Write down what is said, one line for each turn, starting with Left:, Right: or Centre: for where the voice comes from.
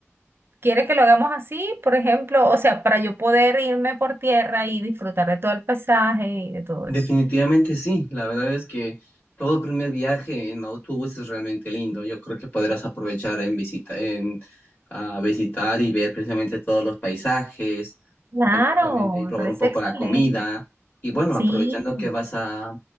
Right: ¿quieres que lo hagamos así, por ejemplo? O sea, para yo poder irme por tierra y disfrutar de todo el paisaje y de todo
Left: Definitivamente
Right: eso.
Left: sí, la verdad es que todo primer viaje en autobús es realmente lindo. Yo creo que podrás aprovechar en visita, en ah, visitar y ver precisamente todos los paisajes,
Right: Claro,
Left: ver precisamente y probar
Right: me parece
Left: un poco
Right: excelente.
Left: la comida. Y bueno,
Right: Sí.
Left: aprovechando que vas a,